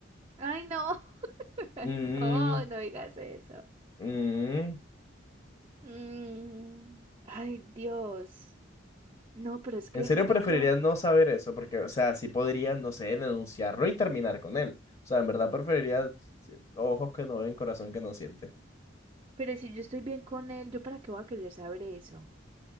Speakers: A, on the right (about 30°); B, on the left (about 30°).
A: Ay, no, <laughs>
B: Mm,
A: no, no digas eso.
B: mm.
A: Mm, ay, Dios. No, pero es que,
B: En serio
A: es
B: preferirías
A: que yo,
B: no saber eso, porque, o sea, sí podría, no sé, denunciarlo y terminar con él. O sea, en verdad preferiría eh, ojos que no ven, corazón que no siente.
A: pero si yo estoy bien con él, ¿yo para qué voy a querer saber eso?